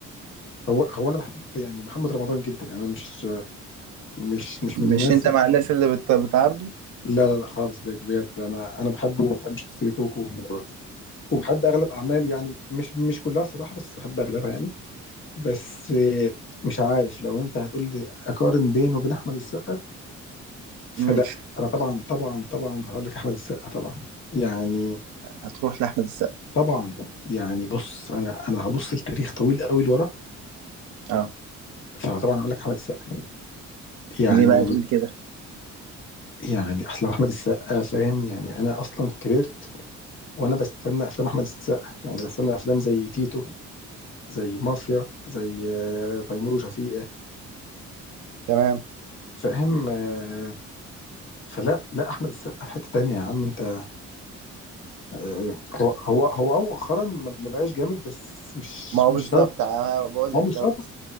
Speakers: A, on the left (about 40°); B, on the right (about 75°).
A: هو هو أنا بحب يعني محمد رمضان جدا يعني أنا مش مش مش
B: مش
A: من الناس
B: انت مع الناس اللي بت- بتعارضه
A: لا لا لا خالص بجد أنا أنا بحبه وبحب شخصيته و- وبحب أغلب أعماله يعني مش مش كلها صراحة بس بحب أغلبها يعني بس آه مش عارف لو أنت هتقول لي أقارن بينه وبين أحمد السقا فلا
B: امم
A: أنا طبعا طبعا طبعا هقول لك أحمد السقا طبعا يعني
B: هتروح لاحمد السقا
A: طبعا يعني بص انا انا هبص لتاريخ طويل قوي لورا
B: اه
A: فطبعا اقول لك احمد السقا يعني
B: ليه بقى تقول كده
A: يعني اصل احمد السقا فاهم يعني انا اصلا كبرت وانا بستنى افلام احمد السقا يعني بستنى افلام زي تيتو زي مافيا زي آه، تيمور وشفيقة
B: تمام
A: فاهم آه، فلا لا احمد السقا في حتة تانية يا عم انت آه، هو هو هو آه مؤخرا ما ما بقاش جامد بس مش
B: ما هو
A: مش
B: بالظبط
A: شرط
B: انا بقول
A: ما
B: لك
A: هو مش
B: لو
A: شرط
B: تس-